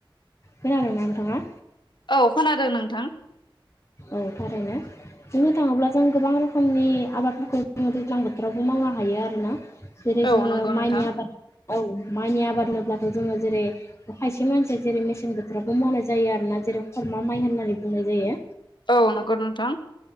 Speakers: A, on the left; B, on the left.
A: खोनादों ना नोंथाङा?
B: औ खोनादों नोंथां
A: औ थारैनो बुंनो थाङोब्ला जों गोबां रोखोमनि आबादफोरखौ जोङो दैज्लां बोथोरावबो मावो हायो आरोना जेरै
B: औ
A: जोङो
B: नंगौ नोंथां
A: माइनि आबाद औ माइनि आबाद होनोब्लाथ' जोङो जेरै खायसे मानसिया जेरै मेसें बोथोरावबो मावनाय जायो आरोना जेराव खरमा माइ होननानै बुंनाय जायो
B: औ नंगौ नोंथां